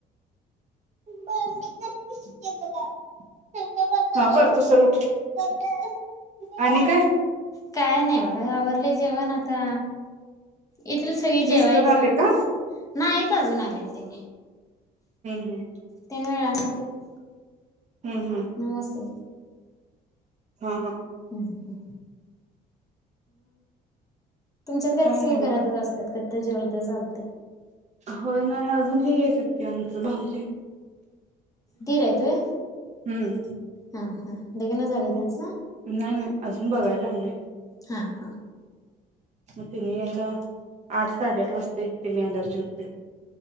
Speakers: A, on the right; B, on the left.
A: <unintelligible> हा कर. तसर उठ <unintelligible> आणि काय?
B: काय नाही बघा आवरलंय जेवण आता. येथील सगळी जेवायच.
A: मिस्टर आले का हम्म
B: नाहीत येत अजून आलेले.
A: हम्म
B: तेनी वेळाने येत्यात.
A: हम्म हम्म
B: नमस्ते.
A: हा हा.
B: मग? तुमच्यात काय सगळी
A: नाही बघा
B: घरातच असतात. आता जेवलते चालतेय.
A: होय नाही अजून हे यायचं कि आमचं भाऊजी.
B: दीर हाईत होय
A: हम्म
B: हा. हा लग्न झालंय त्यांचं.
A: नाही नाही, अजून बघायला लागलोय.
B: हां हां.
A: मग तिनी यायला आठ साडेआठ वाजता. तिने त्यांनी आल्यावर जेवते.